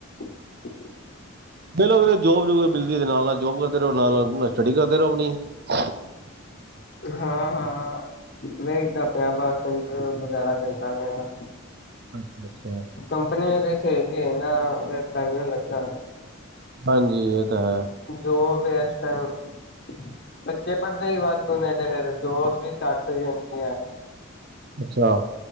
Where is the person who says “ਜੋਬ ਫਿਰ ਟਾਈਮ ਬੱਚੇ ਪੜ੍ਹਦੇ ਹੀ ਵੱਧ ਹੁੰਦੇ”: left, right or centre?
Left